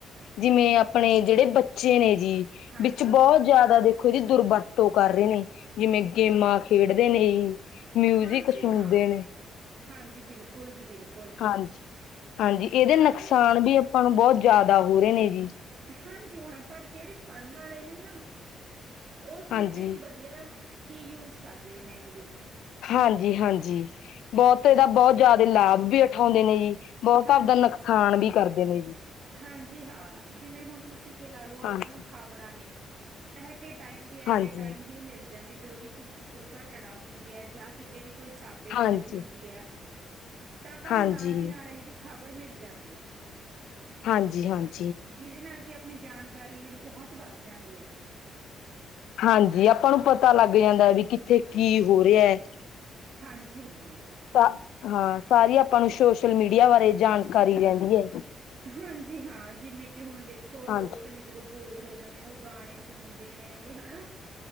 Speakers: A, on the left; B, on the right.
A: ਜਿਵੇਂ ਆਪਣੇ ਜਿਹੜੇ ਬੱਚੇ ਬੱਚੇ ਨੇ ਜੀ
B: ਹਾਂਜੀ
A: ਵਿੱਚ ਬਹੁਤ ਜ਼ਿਆਦਾ ਦੇ ਅੱਖੋ ਦੀ ਦੁਰਵਰਤੋਂ ਕਰ ਰਹੇ ਨੇ ਜਿਵੇਂ ਗੇਮਾਂ ਖੇਡਦੇ ਨੇ ਮਿਊਜ਼ਿਕ
B: ਹਾਂਜੀ
A: ਸੁਣਦੇ
B: ਹਾਂ
A: ਨੇ।
B: ਹਾਂਜੀ ਬਿਲਕੁਲ ਜੀ ਬਿਲਕੁਲ।
A: ਹਾਂਜੀ -ਹਾਂਜੀ। ਇਹਦੇ
B: ਪਰ
A: ਨੁਕਸਾਨ ਵੀ ਆਪਾਂ ਨੂੰ ਬਹੁਤ ਜ਼ਿਆਦਾ ਹੋ ਰਹੇ ਨੇ ਜੀ।
B: ਹਾਂਜੀ ਹਾਂ। ਪਰ ਜਿਹੜੇ ਪੜ੍ਹਨ ਵਾਲੇ ਨੇ ਨਾ। ਉਹ ਸਿਰਫ
A: ਹਾਂਜੀ
B: ਇਹਨੂੰ ਵਧੀਆ ਹੀ ਯੂਜ ਕਰ ਰਹੇ ਨੇਗੇ ਦੇਖੋ।
A: ਹਾਂਜੀ- ਹਾਂਜੀ ਬਹੁਤ ਇਹਦਾ ਬਹੁਤ ਜ਼ਿਆਦਾ ਲਾਭ ਵੀ ਉਠਾਉਂਦੇ ਨੇ ਜੀ। ਬਹੁਤਾ
B: ਹਾਂਜੀ
A: ਆਪਦਾ ਨੁਕਸਾਨ ਵੀ ਕਰਦੇ ਨੇ ਜੀ।
B: ਹਾਂਜੀ ਹਾਂ ।ਜਿਵੇਂ ਹੁਣ ਤੁਸੀਂ ਕਿ ਲਾ ਲਓ, ਆਪਾਂ
A: ਹਾਂਜੀ
B: ਨੂੰ ਖ਼ਬਰਾਂ ਨੇ ਇਹ ਟਾਈਮ ਦੀ ਐਟੇ
A: ਹਾਂਜੀ
B: ਟਾਈਮ ਹੀ ਮਿਲ ਜਾਂਦੀ ਜਦੋਂ ਵੀ ਕਿਤੇ ਦੁਰਘਟਨਾ ਹੁੰਦੀ ਹੈ। ਜਾਂ ਕਿਤੇ ਵੀ ਕੋਈ ਛਾਪੇਮਾਰੀ
A: ਹਾਂਜੀ
B: ਹੁੰਦੀ ਹੈ। ਤਾਂ ਆਪਾਂ
A: ਹਾਂਜੀ
B: ਨੂੰ ਨਾਲ ਦੀ ਨਾਲ ਇਹ ਜਿਹੜੀ ਖਬਰ ਮਿਲ ਜਾਂਦੀ ਹੈ।
A: ਹਾਂਜੀ -ਹਾਂਜੀ।
B: ਜਿਹਦੇ ਨਾਲ ਕਿ ਆਪਣੀ ਜਾਣਕਾਰੀ ਜਿਹੜੀ ਬਹੁਤ ਵੱਧ ਜਾਂਦੀ ਹੈ।
A: ਹਾਂਜੀ। ਆਪਾਂ ਨੂੰ ਪਤਾ ਲੱਗ ਜਾਂਦਾ ਵੀ ਕਿੱਥੇ ਕੀ ਹੋ ਰਿਹਾ ਹੈ।
B: ਹਾਂਜੀ -ਹਾਂਜੀ।
A: ਤਾਂ ਹਾਂ। ਸਾਰੀ ਆਪਾਂ ਨੂੰ ਸੋਸ਼ਲ ਮੀਡੀਆ ਬਾਰੇ ਜਾਣਕਾਰੀ ਰਹਿੰਦੀ ਹੈ।
B: ਹਾਂਜੀ ਹਾਂ ਜਿਵੇਂ ਕਿ ਹੁਣ ਦੇਖੋ ਲੋਕ
A: ਹਾਂਜੀ
B: ਨੇ ਜਦੋਂ ਬੋਰ ਹੋ ਜਾਂਦੇ ਨੇ ਉਹ ਗਾਣੇ ਸੁਣਦੇ ਨੇ ਹੈਗੇ ਹਨਾ।